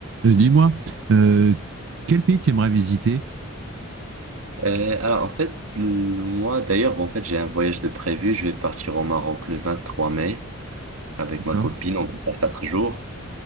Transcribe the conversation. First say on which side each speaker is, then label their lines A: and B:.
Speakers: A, on the right; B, on the right.
A: Euh, Dis-moi, euh, quel pays tu aimerais visiter?
B: Euh, alors en fait, l- moi d'ailleurs, en fait, j'ai un voyage de prévu. Je vais partir au Maroc le 23 mai avec
A: D'accord,
B: ma copine. On va faire quatre jours.